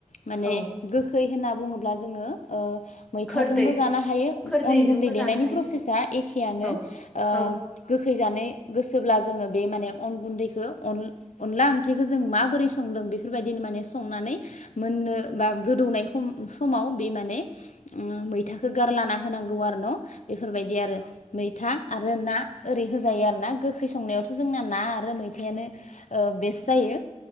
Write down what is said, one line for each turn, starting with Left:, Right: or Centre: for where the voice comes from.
Left: माने
Centre: औ
Left: गोखै होनना बुङोब्ला जोङो ओ मैथाजोंबो
Centre: खोरदै
Left: जानो हायो
Centre: खोरदैजोंबो
Left: अन गुन्दै देनायनि
Centre: जानो हायो
Left: प्रसेसा एखेयानो
Centre: औ
Left: ओ
Centre: औ
Left: गोख खै जानैय गोसोब्ला जोङो बे माने अन गुन्दैखो अनला ओंख्रिखो जों माबोरै संदों बेफोरबायदिनो माने संनानै मोन्नो बा गोदौनाय सम समाव बे माने ओ मैथाखो गारलाना होनांग गौ आरो न' बेफोरबायदि आरो मैथा आरो ना ओरै होजायो आरो ना गोखै संनायावथ' जोंना ना आरो मैथायानो ओ बेस्ट जायो